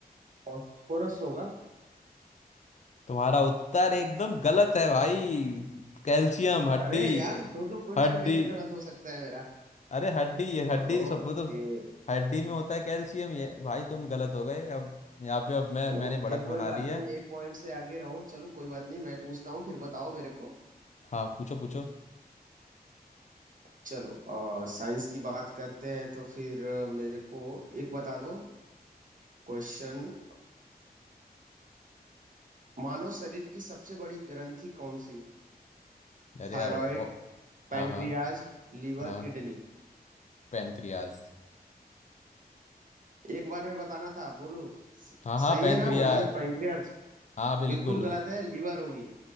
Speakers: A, on the right; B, on the left.
A: फॉस्फोरस होगा
B: तुम्हारा उत्तर एकदम गलत है भाई कैल्शियम हड्डी
A: अरे यार दो दो क्वेश्चन
B: हड्डी
A: कैसे गलत हो सकता है मेरा
B: अरे हड्डी ये हड्डी
A: ओके
B: सब वो तो हड्डी में होता है कैल्शियम ये भाई तुम गलत हो गए अब यहाँ पे अब मैं
A: ओके
B: मैंने बढ़त
A: कोई
B: बना
A: बात
B: ली है
A: नहीं एक पॉइंट से आगे रहो चलो कोई बात नहीं मैं पूछता हूँ फिर बताओ मेरे को
B: हाँ पूछो पूछो
A: चलो आ, साइंस की बात करते हैं तो फिर अ, मेरे को एक बता दो क्वेश्चन मानव शरीर की सबसे बड़ी ग्रंथि कौन सी है
B: अरे
A: Thyroid
B: यार ओ,
A: pancreas
B: हाँ हाँ
A: liver
B: हाँ
A: kidney
B: पैनक्रियाज
A: एक बार में बताना था बोलो स-
B: हाँ हाँ
A: सही
B: पैनक्रिया
A: है ना वही पैंक्रियाज
B: हाँ बिल्कुल
A: बिल्कुल गलत है लीवर होगी